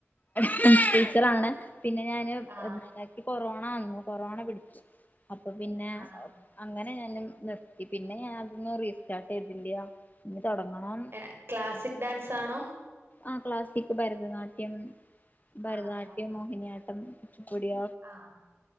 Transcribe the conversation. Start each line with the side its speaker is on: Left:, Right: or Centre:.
Left: ഡാൻസ് ടീച്ചറ ആണ് പിന്നെ ഞാന്
Right: ആഹ്
Left: ക്കി കൊറോണ വന്നു കൊറോണ പിടിച്ചു. അപ്പൊ പിന്നെ
Right: ആണോ
Left: അങ്ങനെ ഞാനും നിർത്തി പിന്നെ ഞാൻ അതൊന്നും റീസ്റ്റാർട്ട് ചെയ്തില്യ. ഇനി തൊടങ്ങണം
Right: ഏഹ് ക്ലാസിക് ഡാൻസ് ആണോ?
Left: ആ ക്ലാസ്സിക് ഭരതനാട്യം ഭരതനാട്യം
Right: ആഹ് ആഹ്
Left: മോഹിനിയാട്ടം കുച്ചുപ്പുടിയ
Right: ആഹ്